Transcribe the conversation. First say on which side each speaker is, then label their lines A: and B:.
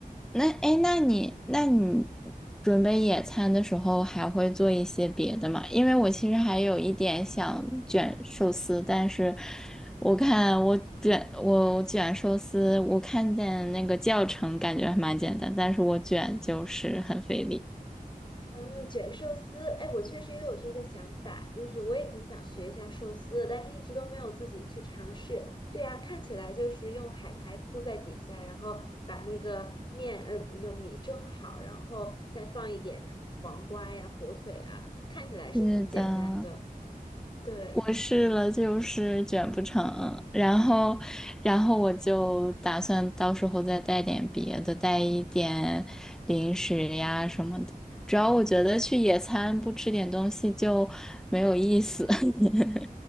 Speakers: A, in the centre; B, on the left (about 30°).
A: 那哎，诶那你那你准备野餐的时候还会做一些别的吗？因为我其实还有一点想卷寿司，但是我看我卷我我卷寿司，我看见那个教程感觉还蛮简单，但是我卷就是很费力。
B: 啊，卷寿司，哎，我确实也有这个想法，就是我也挺想学一下寿司的但是一直都没有自己去尝试。对啊，看起来就是用海苔铺在底下，然后把那个面，呃，就米蒸好，然后再放一点什么黄瓜呀、火腿啊，看起来是挺简单的。
A: 是的，
B: 对，
A: 我试了，就是卷不成，然后，然后我就打算到时候再带点别的，带一点零食呀什么的。主要我觉得去野餐不吃点东西就没有意思。<laughs>